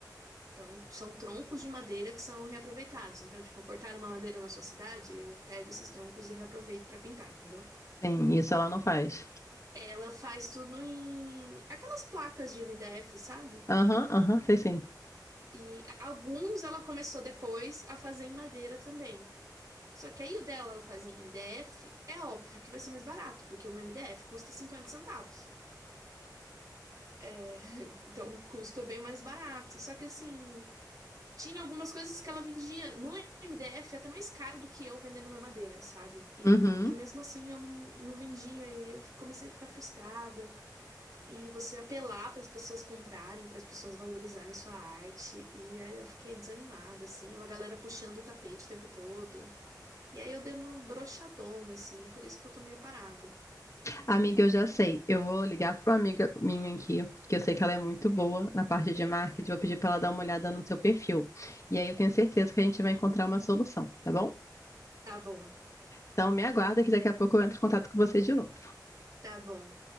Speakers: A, on the right; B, on the left.
A: Então, são troncos de madeira que são reaproveitados. Então, tipo, cortaram uma madeira na sua cidade, eu pego esses troncos e reaproveito pra pintar, entendeu?
B: Sim, isso ela não faz.
A: Ela faz tudo em aquelas placas de MDF, sabe?
B: Aham, aham, sei sim.
A: E alguns ela começou depois a fazer em madeira também. Só que aí o dela ela faz em MDF, é óbvio que vai ser mais barato, porque um MDF custa 50 centavos. É, <laughs> Então o custo é bem mais barato. Só que assim, tinha algumas coisas que ela vendia no MDF até mais caro do que eu vendendo na madeira, sabe? E,
B: Uhum.
A: e mesmo assim eu não, não vendia, e aí eu comecei a ficar frustrada. E você apelar para as pessoas comprarem, para as pessoas valorizarem sua arte. E aí eu fiquei desanimada, assim, é uma galera puxando o tapete o tempo todo. E aí eu dei uma broxadona, assim, por isso que eu tô meio parada.
B: Amiga, eu já sei. Eu vou ligar para uma amiga minha aqui, que eu sei que ela é muito boa na parte de marketing. Vou pedir para ela dar uma olhada no seu perfil. E aí eu tenho certeza que a gente vai encontrar uma solução, tá bom?
A: Tá bom,
B: Então me aguarda que daqui a pouco eu entro em contato com você de novo.
A: tá bom.